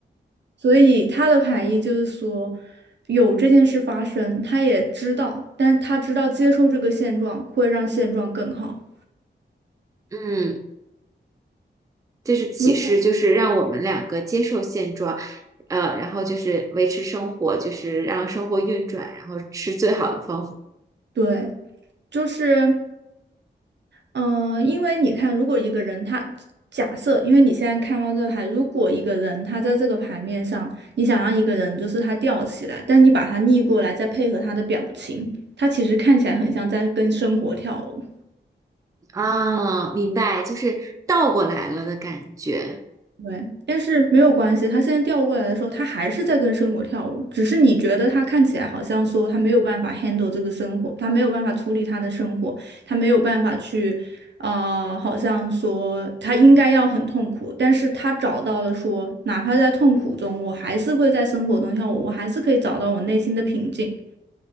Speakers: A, on the right (about 65°); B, on the right (about 15°).
A: 所以他的排异就是说，有这件事发生，他也知道，但他知道接受这个现状会让现状更好。
B: <laughs> 嗯，这是启示，
A: 如果
B: 就是让我们两个接受现状，呃，然后就是维持生活，就是让生活运转，然后是最好的方法
A: 对，就是。嗯，呃因为你看，如果一个人他假设，因为你现在看到这个牌，如果一个人他在这个牌面上，你想让一个人就是他吊起来，但你把他逆过来，再配合他的表情，他其实看起来很像在跟生活跳舞。
B: 啊，明白，就是倒过来了的感觉。
A: 对，但是没有关系，他现在调过来的时候，他还是在跟生活跳舞，只是你觉得他看起来好像说他没有办法 handle 这个生活，他没有办法处理他的生活，他没有办法去，呃，好像说他应该要很痛苦，但是他找到了说，哪怕在痛苦中，我还是会在生活中跳舞，我还是可以找到我内心的平静。